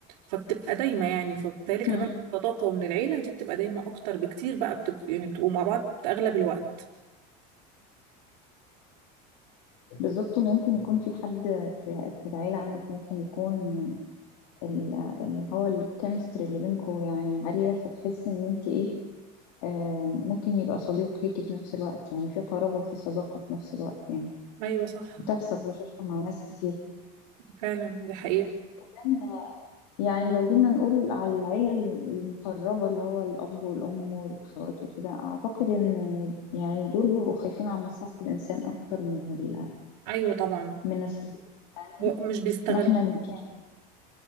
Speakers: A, on the right; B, on the left.
A: فبتبقى دايما يعني فبالتالي كمان
B: مم.
A: الصداقه ومن العيله دي بتبقى دايما اكتر بكتير بقى بتب... يعني بتبقوا مع بعض اغلب الوقت
B: بالظبط ممكن يكون في حد في في العيلة عندك ممكن يكون ال- اللي هو الكيمستري اللي بينكم يعني عالية فتحسي إن أنتي إيه آه، ممكن يبقى صديق ليكي في نفس الوقت يعني في قرابة وفي صداقة في نفس الوقت يعني
A: ايوه صح
B: بتحصل بشوفها مع ناس كتير
A: فعلا دي حقيقة
B: كمان يعني لو جينا نقول على العيلة المقربة اللي هو الأب والأم والأخوات وكده أعتقد إن يعني دول بيبقوا خايفين على مصلحة الإنسان أكتر من ال
A: أيوة طبعا
B: من الصديق يعني
A: هو مش بيستغل
B: مهما كان